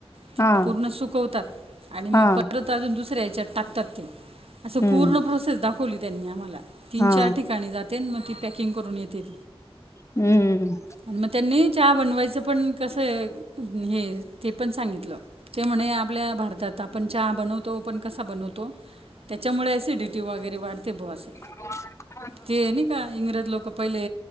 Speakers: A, on the right; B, on the left.
A: तिला
B: हा
A: पूर्ण सुकवतात आणि
B: हा
A: मग परत अजून दुसऱ्या याच्यात टाकतात ते. असं
B: हम्म
A: पूर्ण प्रोसेस दाखवली त्यांनी आम्हाला तीन
B: हा
A: चार ठिकाणी पकिंग करून येते
B: हम्म
A: मग त्यांनी चहा बनवायचं पण कसंय हे ते पण सांगितलं. ते म्हणे आपल्या भारतात आपण चहा बनवतो पण कसा बनवतो. त्याच्यामुळे ॲसिडिटी वगैरे वाढते बोसं.
B: ह <inaudible>
A: ते नाही का इंग्रज लोकं पहिले